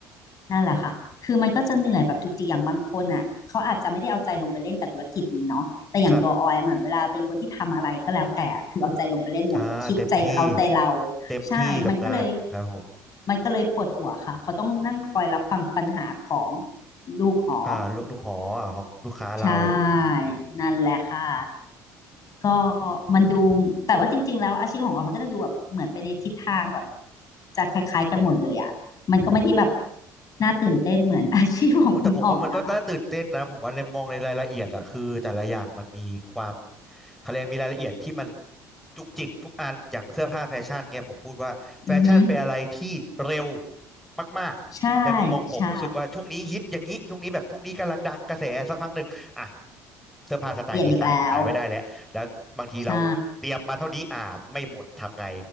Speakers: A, on the left (about 50°); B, in the centre.
A: นั่นแหละค่ะ คือมันก็จะเหนื่อยแบบจุกจิกอย่างบางคนอ่ะเขาอาจจะไม่ได้เอาใจลงไปเล่นกับธุรกิจนี้เนาะแต่อย่างตัวออยเหมือนเวลาเป็นคนที่ทำอะไรก็แล้วแต่
B: ครับ
A: คือเอาใจลงไปเล่นหมด
B: อ่าเต็มที่
A: คิดใจเขาใจเรา
B: เต็มที่กับงานครับผม
A: ใช่ มันก็เลยมันก็เลยปวดหัวค่ะเขาต้องนั่งคอยรับฟังปัญหาของลูกหอ
B: อ่าลูกลูกหอ่ของลูกค้าเรา
A: ใช่นั่นแหละค่ะก็มันดูแต่ว่าจริงๆแล้วอาชีพของเรามันก็จะดูแบบเหมือนไปในทิศทางแบบจะคล้ายๆกันหมดเลยอ่ะมันก็ไม่ได้แบบน่าตื่นเต้นเหมือน <laughs> อาชีพของคุณอ่องนะคะ
B: โอ้แต่ผมว่ามันก็น่าตื่นเต้นนะผมว่าในมองในรายละเอียดอะคือแต่ละอย่างมันมีความเขาเรียกมีรายละเอียดที่มันจุกจิกทุกอันอย่างเสื้อผ้าแฟชั่นเนี่ยผมพูดว่าแฟชั่นเป็นอะไรที่เร็ว
A: อือฮึ
B: มากๆในมุมมองผมรู้สึกว่าช่วงนี้ฮิตอย่างนี้ช่วงนี้แบบช่วงนี้กำลังดังกระแสสักพักหนึ่งอ่ะ
A: ใช่ใช่
B: เสื้อผ้าสไตล์นี้ขายขายไม่ได้แล้วแล้วบางทีเราเตรียมมาเท่านี้อ่าไม่หมดทำไง
A: เปลี่ยนอีกแล้วใช่